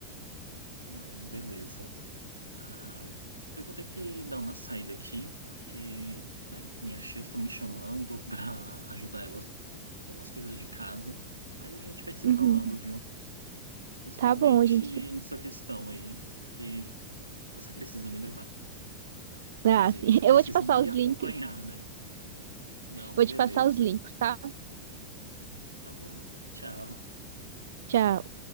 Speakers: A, on the right; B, on the right.
A: Não, beleza. Ah, eu vou ter que dar uma saída aqui, porque, né, minhas tias estão me chamando <laughs> para ajudar elas com umas coisas de casa, mas a gente vai se
B: Uhum.
A: falando, viu? Principalmente
B: Tá bom, a gente. se-
A: nessa questão aí, porque você precisa me levar.
B: Ah,
A: Quer dizer,
B: sim.
A: você
B: <laughs> Eu
A: precisa
B: vou te passar
A: me
B: os
A: acompanhar,
B: links.
A: né? Não,
B: Vou
A: beleza.
B: te passar os links, tá?
A: Tá bom. Tchau.
B: Tchau.